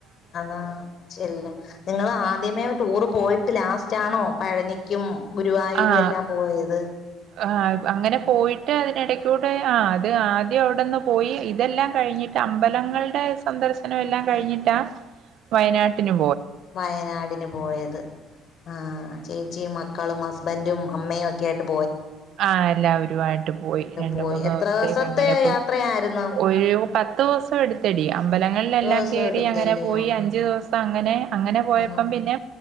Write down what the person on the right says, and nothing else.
ആഹ്
ആ അങ്ങനെ പോയിട്ട് അതിനെടക്കൂ ട്ട് ആ അത് ആദ്യം അവിടെന്ന് പോയി ഇതെല്ലാം കഴിഞ്ഞിട്ട് അമ്പലങ്ങളുടെ സന്ദർശനം എല്ലാം കഴിഞ്ഞിട്ടാ വയനാട്ടിനു
ആ എല്ലാവരുവായിട്ട് പോയി രണ്ട്
മൂന്ന്
ദിവസത്തേക്ക്
അങ്ങനെ പോയി
ഒരു പത്ത് ദിവസം എടുത്തെടി അമ്പലങ്ങളിലെല്ലാം
കേറി
അങ്ങനെ പോയി അഞ്ചു ദിവസം അങ്ങനെ അങ്ങനെ പോയപ്പം
പിന്നെ